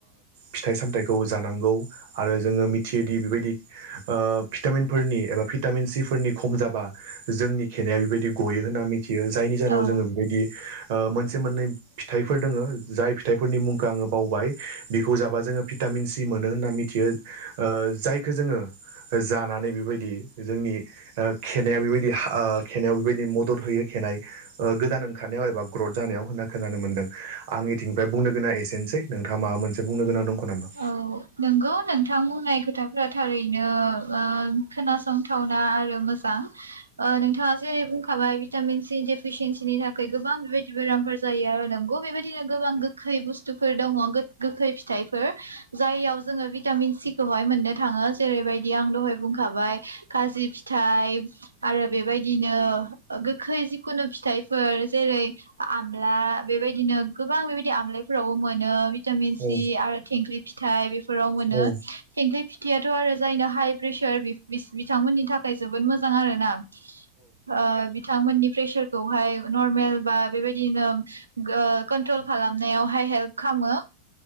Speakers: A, on the right (about 50°); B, on the right (about 80°).
A: फिथाइ सामथाइखौ जानांगौ आरो जोङो मिथियोदि बेबायदि भिटामिन फोरनि एबा भिटामिन सि फोरनि खम जाबा जोंनि खेनाया बेबायदि गयो होननानै मिथि थियो जायनि जाहोनाव
B: औ
A: जोङो बेबायदि मोनसे मोननै फिथाइफोर दोङो जाय फिथाइफोरनि मुंखौ आङो बावबाय बिखौ जाबा जोङो फिथा टामिन सि मोनो होन्ना मिथियो जायखौो जोङो जानानै बेबायदि जोंनि खनाया बेबायदि खनायायाव बेबायदि मदद होयो ननाय गोदान ओंखारनायाव एबा ग्रथ जानायाव होनना खोनानो मोनदों आंनिथिंनिफ्राय बुंनो गोनां एसेनोसै नोंथा मा मोनसे बुंनो गोनां दं' नामा?
B: औ नंगौ नोंथां बुंनाय खोथाफोरा थारैनो खोनासंथावना आरो मोजां नोंथाङा जेरै बुंखाबाय भिटामिन सि डेफिसियेन्सिनि थाखाय गोबां बेबायदि बेरामफोर जायो आरो नोंगौ बेबायदिनो गोबां गोखै बुस्थुफोर दङ गोखै फिथाइफोर जाययाव जोङो भिटामिन सिखौहाय मोननो थाङो जेरैबायदि आं दहाय बुंखाबाय खाजि फिथाय फिथाइ आरो बेबायदिनो गोखै जिखुनु फिथाइफोर जेरै आमला बेबायदिनो गोबां बेबायदि आमलाय फोरावबो मोनो। भिटामिन सि
A: औ
B: आरो थेंख्लि फिथाइ बेफोराव मोनो
A: औ
B: थेंख्लि फिथाइ आथ' आरो जायनो हाइ प्रेसार बिथांमोननि थाखाय जोबोद मोजां आर ना। ओ बिथांमोननि प्रेसारखौहाय नरमेल बा बेबायदिनो कन्ट्रल खालामनायावहाय हेल्प खालाम मो।